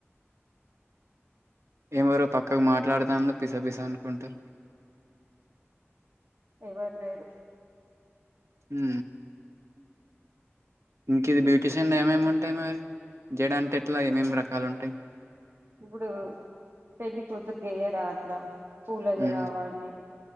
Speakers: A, on the right; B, on the right.
A: ఎవరో పక్కకు మాట్లాడుతాన్లు పిసా పిసా అనుకుంటా
B: ఎవ్వరు లేరు
A: హు ఇంక ఇది బ్యూటీషియన్ ఏమేమి ఉంటాయి మరి జడ అంటే ఎట్లా ఏమేమి రకాలు ఉంటాయి
B: ఇప్పుడు పెళ్లి కూతురికి ఏయ్యారా అట్లా పూల
A: హు
B: జడ అవన్నీ